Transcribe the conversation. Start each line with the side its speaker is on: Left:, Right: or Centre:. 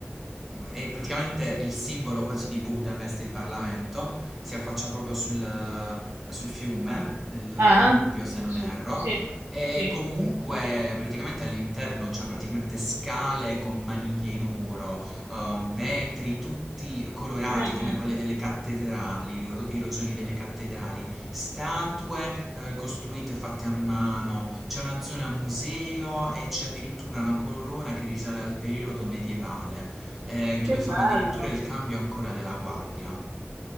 Centre: è praticamente il simbolo quasi di Budapest, il Parlamento, si affaccia proprio sul, sul fiume, il
Right: eh?
Centre: Danubio se non
Right: Su-
Centre: erro,
Right: Sì,
Centre: e
Right: sì.
Centre: comunque praticamente all'interno c'è praticamente scale con maniglie in oro, ehm, vetri tutti colorati
Right: Mm,
Centre: come
Right: mm.
Centre: quelle delle cattedrali, i ro- i rosoni delle cattedrali statue eh, costruite fatte a mano, c'è una zona museo e c'è addirittura una corona che risale al periodo medievale, eh,
Right: Che
Centre: dove
Right: bello.
Centre: fanno addirittura il cambio ancora della guardia.